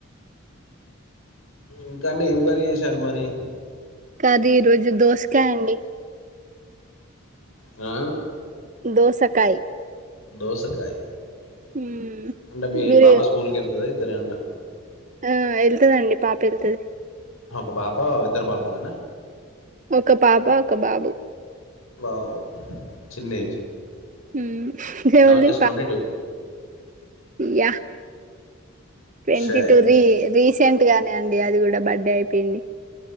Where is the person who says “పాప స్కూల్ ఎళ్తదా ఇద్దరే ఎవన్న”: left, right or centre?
Left